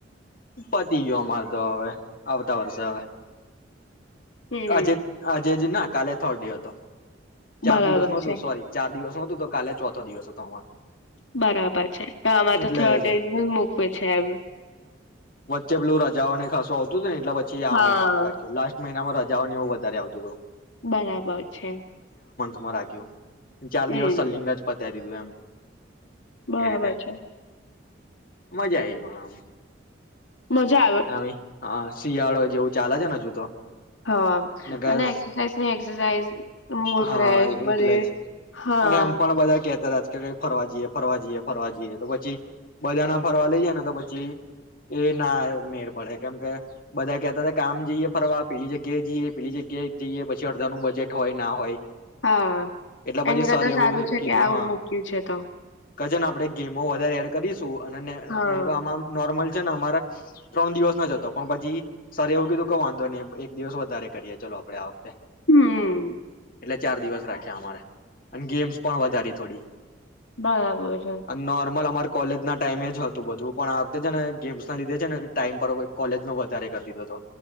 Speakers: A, on the left (about 50°); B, on the left (about 80°).
A: પતી ગયો અમારે તો હવે આવતા વર્ષે હવે
B: હમ
A: આજે આજે ના કાલે થર્ડે હતો ચાર
B: બરાબર
A: દિવસ નુ હતું
B: છે
A: સોરી ચાર દિવસ હું તો કાલે ચોથો દિવસ હતો અમામાં
B: બરાબર છે તો આમાં તો
A: એટલે
B: થર્ડ ડે
A: જ
B: થો ડેઝ મૂકવે છે એમ
A: જે પેલું રાજા ને ખાસવા આવતું ને પછી આ
B: હા.
A: મહિનામાં રાખ્યું લાસ્ટ મહિના માં રજાઓને એવું વધારે આવતું હતું.
B: બરાબર છે.
A: માં રાખ્યો. ચાર
B: હમ.
A: દિવસ સલીંગ જ પત ઈ ડીધું એમ
B: બરાબર
A: એ રીતે
B: છે.
A: મજા આવી પણ આમ
B: મજા આવે.
A: આમ હા શિયાળો જેવું ચાલે છેને હજુ તો.
B: હા
A: નકર
B: અને એક્સરસાઇઝ ની એક્સરસાઇઝ, મૂડ
A: હા
B: ફેશ બધી
A: એટલે જ
B: હા
A: અને એમ પણ બધા કેતા હતા કે કઈ ફરવા જઈએ ફરવા જઈએ ફરવા જઈએ, તો પછી બધા ના ફરવા લઈ જાય ને તો પછી એ ના મેળ પડે કેમ કે બધા કેતા કામ જઈએ ફરવા પેલી જગ્યાએ જઈએ, પેલી જગ્યાએ જીએ, પછી અડધાનું બજેટ હોય ના હોય
B: હા
A: એટલે પછી
B: એને કરતા
A: સર એવું
B: સારું છે
A: કીધું
B: કે આવું
A: હા
B: મૂક્યું છે તો.
A: કે ને આપણે ગેમો વધારે એડ કરી તું, અને ન
B: હા.
A: નહી તો આ નોર્મલ છે ને અમારે ત્રણ દિવસ નો જ હતો પણ પછી સરે એવું કીધું કે વાંધો નહી દિવસ વધારે કરીએ ચાલો આપડે આવખતે.
B: હમ્મ્મ.
A: એટલે ચાર દિવસ રાખ્યા અમારે. અને ગેમ્સ પણ વધારી થોડી,
B: બરાબર છે.
A: અને નોર્મલ અમાર કોલેજ ના ટાઈમે જ હતું બધું પણ આ વખતે છે ને ગેમ્સ ના લીધે છે ને તે ટીમ પર કોલેજ નો વધારે કર દીધો તો,